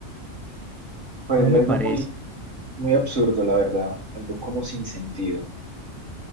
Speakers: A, on the right; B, in the centre.
A: parece
B: No me
A: algo
B: parece.
A: muy, muy absurdo, la verdad, algo como sin sentido.